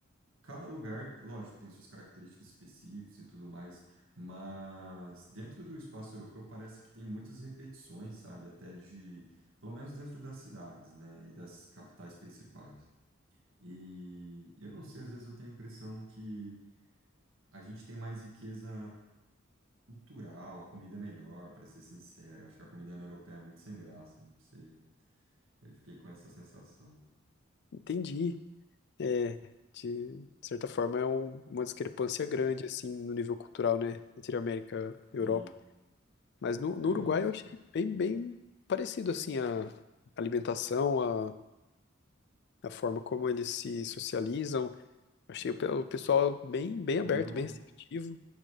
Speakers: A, on the right; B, on the left.
A: Cada lugar, lógico, tem suas características específicas e tudo mais, mas dentro do espaço europeu parece que tem muitas repetições, sabe? Até de, pelo menos dentro das cidades, né, e das capitais principais. E eu não sei, às vezes eu tenho a impressão que a gente tem mais riqueza cultural, a comida é melhor, para ser sincero. Acho que a comida na europeia é muito sem graça, não sei. Eu fiquei com essa sensação.
B: Entendi. É, de, de certa forma é um- uma discrepância grande, assim, no nível cultural, né? Entre América e
A: Sim,
B: Europa. Mas no, no
A: eu
B: Uruguai
A: acho.
B: eu achei
A: cara.
B: bem, bem parecido, assim, a alimentação, a, a forma como eles se socializam, Achei
A: Aham.
B: o pe- o pessoal bem, bem aberto,
A: Comeu,
B: bem receptivo.